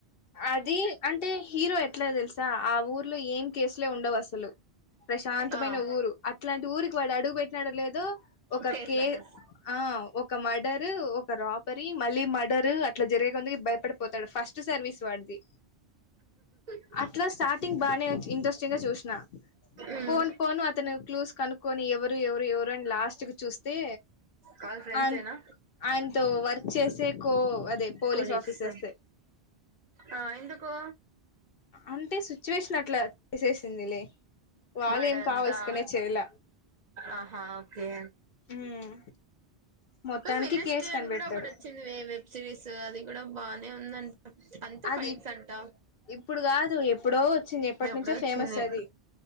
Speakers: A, on the left; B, on the right.
A: అది అంటే హీరో ఎట్లోతెలుసా ఆ ఊర్లో ఏం కేసులే ఉండవు అసలు ప్రశాంతమైన
B: ఆ
A: ఊరు అట్లాంటి ఊరికి వాడు అడుగు పెట్టినడ లేదో ఒక
B: కేస్లన్నర్స్
A: కే ఆ ఒక మర్డర్ ఒక రాపరీ మళ్ళీ మర్డర్ అట్లా జరిగే కొందుకి భయపడిపోతాడు ఫస్ట్ సర్వీస్ వాడిది
B: ఆ
A: అట్లా స్టార్టింగ్ బాగానే ఇంట్రెస్టింగ్ గా చూసిన
B: ఉమ్
A: పోన్ పోను అతను క్లూస్ కనుక్కొని ఎవరు ఎవరు ఎవరు అని లాస్ట్ క చూస్తే
B: కాల్ ఫ్రెండ్స్
A: ఆన్
B: ఏనా
A: ఆయనతో వర్క్ చేసే కో అదే పోలీస్
B: కొలీక్స్
A: ఆఫీసర్స్
B: ఆ ఎందుకు
A: అంటే సిచ్యువేషన్ అట్లా చేసేసిందిలే వాళ్ళ
B: వాడంతా
A: ఏం కావల్స కానే చేయ్యలే
B: ఆహా ఓకే
A: ఉమ్ మొత్తానికి
B: వినెస్టి
A: కేసు
B: అని
A: కనిపెడతాడు
B: కూడా ఒకటి వచ్చింది వెబ్ సిరీస్ అది కూడా బాగానే ఉందండి అంత
A: అది
B: ఫైట్స్ అంట
A: ఇప్పుడు కాదు ఎప్పుడో వచ్చింది ఎప్పటి
B: ఎప్పుడ
A: నుంచో
B: వచ్చింది
A: ఫేమస్ అది